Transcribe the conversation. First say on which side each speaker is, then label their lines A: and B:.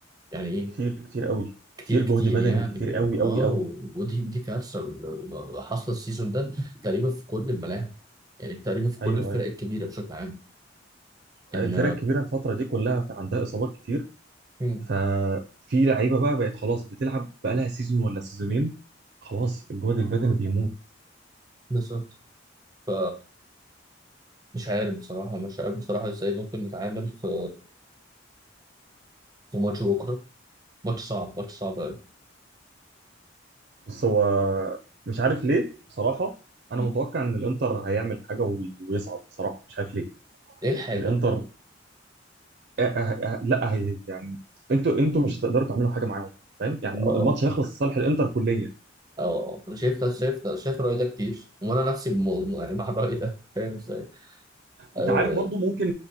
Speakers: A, on the right; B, on the right.
A: يعني ايه
B: كتير كتير قوي
A: كتير
B: كتير
A: كتير
B: جهد بدني
A: يعني
B: كتير قوي
A: اه
B: قوي قوي
A: و- ودي ودي كارثه اللي حاصله السيزون ده تقريبا في كل الملاعب يعني تقريبا في كل
B: ايوه
A: الفرق
B: ايوه
A: الكبيره بشكل عام ان
B: الفرق الكبيره الفتره دي كلها في عندها اصابات كتير
A: مم.
B: ففي لعيبه بقى بقت خلاص بتلعب بقى لها سيزون ولا سيزونين خلاص الجهد البدني بيموت
A: بالظبط ف مش عارف بصراحه مش عارف بصراحه ازاي ممكن نتعامل في في ماتش بكره ماتش صعب ماتش صعب أوي
B: بص هو مش عارف ليه بصراحه انا
A: مم.
B: متوقع ان الانتر هيعمل حاجه وي- ويصعد بصراحه مش عارف ليه
A: إيه الحاجة؟
B: الانتر أه أه أه لا هي يعني انتوا انتوا مش هتقدروا تعملوا حاجه معاهم فاهم يعني
A: أه
B: الم- الماتش هيخلص لصالح الانتر كليا
A: أه أنا شايف ده شايف ده شايف الرأي ده كتير وأنا نفسي بم- <laughs> يعني مع الرأي ده فاهم إزاي؟ أه
B: انت عارف برضو ممكن